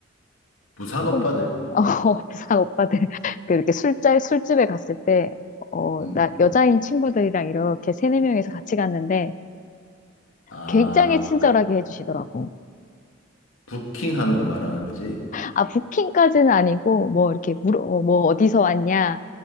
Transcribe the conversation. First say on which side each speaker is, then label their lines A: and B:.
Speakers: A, on the left; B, on the left.
A: 부산
B: 그거,
A: 오빠들?
B: <laughs> 어, 부산 오빠들, <laughs> 그 이렇게 술자, 술집에 갔을 때, 어,
A: 음.
B: 나 여자인 친구들이랑 이렇게 세네 명이서 같이 갔는데,
A: 아,
B: 굉장히 친절하게
A: 그
B: 해주시더라고.
A: 부킹하는 거 말하는 거지?
B: 아, 부킹까지는 아니고, 뭐, 이렇게 물어, 어, 뭐, 어디서 왔냐,